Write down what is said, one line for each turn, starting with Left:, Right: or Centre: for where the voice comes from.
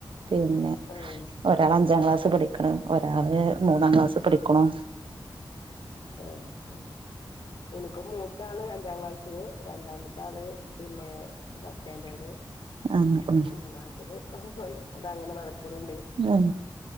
Right: പിന്നെ.
Left: ആഹ്
Right: ഒരാൾ അഞ്ചാം ക്ലാസ് പടിക്ണ് ഒരാള് മൂന്നാം ക്ലാസ് പടികുണു.
Left: ഏഹ് പ്പൊ. ഇന്ക്കും മൂത്താള് അഞ്ചാം ക്ലാസ്സിലു രണ്ടാമത്താള് പിന്നെ. ഫസ്റ്റാൻഡേട്.
Right: ആങ്ങെകു <unintelligible>
Left: മൂന്നാമത്തത് അഹ് <unintelligible> അങ്ങനെ നടക്ണ് ണ്ട്
Right: ഉം